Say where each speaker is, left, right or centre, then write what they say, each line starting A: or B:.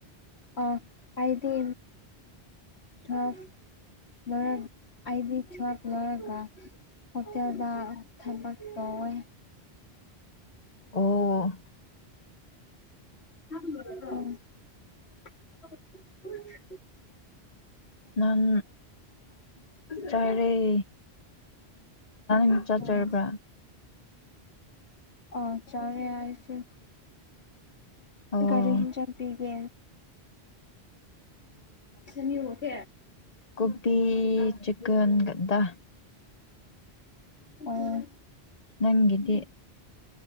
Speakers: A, on the left; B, on the left.
A: ꯑ ꯑꯩꯗꯤ ꯊꯣꯞꯔ ꯑꯩꯗꯤ ꯊꯣꯞ ꯂꯧꯔꯒ ꯍꯣꯇꯦꯜꯗ ꯊꯕꯛ ꯇꯧꯋꯦ
B: ꯑꯣ
A: <unintelligible> ꯑꯣ
B: ꯅꯪ ꯆꯔꯦ ꯅ ꯆꯠꯆꯔꯕ꯭ꯔ
A: ꯑꯣ ꯑ ꯆꯔꯔꯦꯁꯤ
B: ꯑꯣ
A: ꯔꯤ ꯍꯖ ꯄꯤꯒꯦ ꯆꯅꯤ ꯑꯣꯀꯦ
B: ꯀꯣꯕꯤꯤ ꯆꯛꯟꯒꯗ
A: ꯑꯣ
B: ꯅꯪꯒꯤꯗꯤ